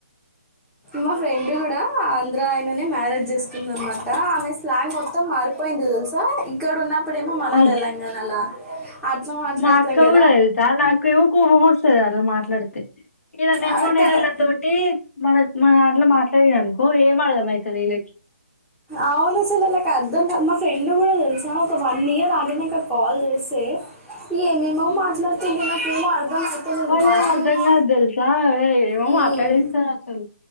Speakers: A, in the centre; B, on the left.
A: మా ఫ్రెండ్ గుడా ఆంధ్ర ఆయననే మ్యారేజ్ జేసుకుంది అనమాట ఆ ఆమె స్లాంగ్ మొత్తం మారిపోయింది దెలుసా ఇక్కడ ఉన్నప్పుడేమో మన
B: అయ్
A: తెలంగాణలా అట్లా మాట్లాడతాం
B: మా అక్క
A: కదా
B: గూడా దెల్సా నాకేమో కోపం వస్తది అట్ల మాట్లాడితే ఇగ నేమో
A: ఆ,
B: నేను
A: క-
B: ఇళ్ళతోటి మన మనదాంట్లో మాట్లాడిన అనుకో ఏం అర్దం అయ్యితది ఇళ్ళకి
A: అవును అసలు వాళ్ళకి అర్థంకాద్ మా ఫ్రెండ్లు కూడా తెలుసా ఒక వన్ ఇయర్ ఆగినంక కాల్ జేస్తే ఏమేమో మాట్లాడుతుంది నాక్ ఏమో అర్దం అయితలేదు
B: వాళ్ళేం
A: మనమేమో
B: అర్థం కాదు తెలుసా ఏ- ఏమో
A: మ్
B: మాట్లాడేస్తారు అసలు